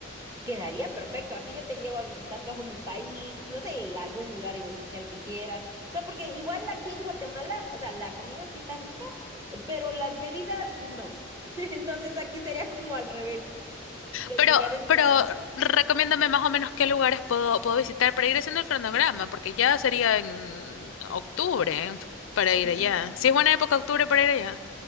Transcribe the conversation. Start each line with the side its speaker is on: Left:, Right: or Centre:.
Right: Quedaría perfecto. Así yo te llevo a visitar todo mi país, no sé, algún lugar en especial que quieras. O sea, porque igual aquí en Guatemala, o sea, la comida sí está rica, eh, pero las bebidas no. <laughs> Entonces aquí sería como al revés. Los
Left: Pero,
Right: lugares están
Left: pero
Right: bonitos. ujú,
Left: recomiéndame más o menos qué lugares puedo, puedo visitar para ir haciendo el cronograma, porque ya sería en octubre para
Right: ujú,
Left: ir allá. Si es buena época octubre para ir allá.